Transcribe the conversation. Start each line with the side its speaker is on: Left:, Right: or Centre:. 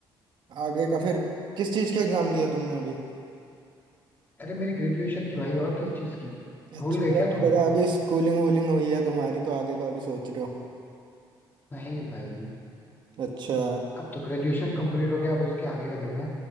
Right: आगे का फिर किस चीज़ के एग्जाम दिया तुमने अभी
Left: अरे मेरी ग्रेजुएशन की भाई और किस चीज की
Right: अच्छा
Left: भूल गए
Right: मेरे
Left: क्या
Right: को
Left: तुम
Right: लगा अभी स्कूलिंग वूलिंग हुई है तुम्हारी तो आगे का अभी सोच रहे हो
Left: नहीं भाई
Right: अच्छा
Left: अब तो ग्रेजुएशन कंप्लीट हो गया अब उसके आगे का देखना है